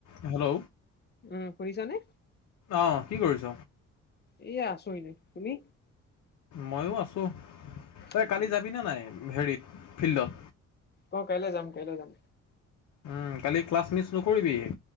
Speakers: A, on the left; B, on the left.
A: Hello,
B: উম শুনিছানে
A: অ' কি কৰিছ?
B: এইয়া আছোঁ এনেই, তুমি?
A: ময়ো আছোঁ। এই
B: উম,
A: কালি যাবি নে নাই হেৰিত, ফিল্ডত?
B: অ', কাইলৈ যাম, কাইলৈ যাম।
A: উম্, কালি ক্লাছ মিচ নকৰিবি।